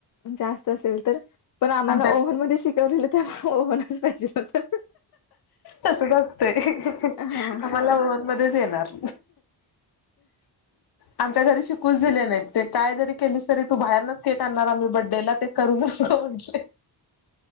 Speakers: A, on the left; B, on the left.
A: जास्त असेल तर पण आम्हाला
B: आमच्यात
A: ओव्हन मध्ये शिकवलेलं तर त्यामुळे ओव्हनच पाहिजे होत.
B: तसंच असतंय
A: हा
B: आम्हाला ओव्हन मध्येच येणार,
A: ह
B: आमच्या घरी शिकूच दिले नाहीत. ते काय जरी केलीस तरी तू बाहेरनच केक आणणार आम्ही बर्थडेला ते करू नको, म्हणजे